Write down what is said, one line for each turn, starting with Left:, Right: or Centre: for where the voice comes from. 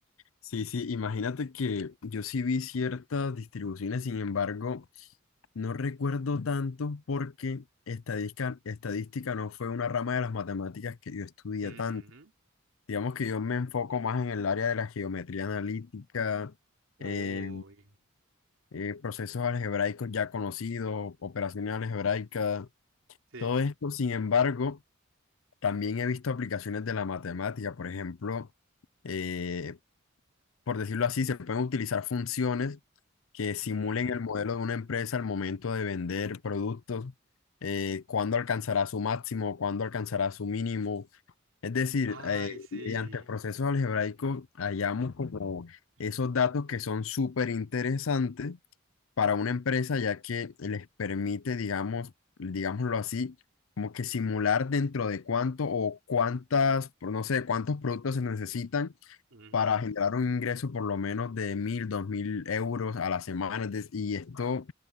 Left: Sí, sí, imagínate que yo sí vi ciertas distribuciones, sin embargo, no recuerdo tanto porque estadística, estadística no fue una rama de las matemáticas que yo estudié
Right: Ujú.
Left: tanto. Digamos que yo me enfoco más en el área de la geometría analítica,
Right: Uy,
Left: eh, eh, procesos algebraicos ya conocidos, operaciones algebraicas,
Right: sí.
Left: todo esto. Sin embargo, también he visto aplicaciones de la matemática, por ejemplo, eh, por decirlo así, se pueden utilizar funciones que simulen
Right: Ujú.
Left: el modelo de una empresa al momento de vender productos, eh, cuándo alcanzará su máximo, cuándo alcanzará su mínimo. Es decir,
Right: Ay,
Left: eh,
Right: sí.
Left: mediante procesos algebraicos hallamos como esos
Right: Ujú.
Left: datos que son súper interesantes para una empresa, ya que les permite, digamos, digámoslo así, como que simular dentro de cuánto o cuántas, no sé, cuántos productos se necesitan
Right: Ujú.
Left: para generar un ingreso por lo menos de mil, dos mil euros a la semana. Es dec- Y esto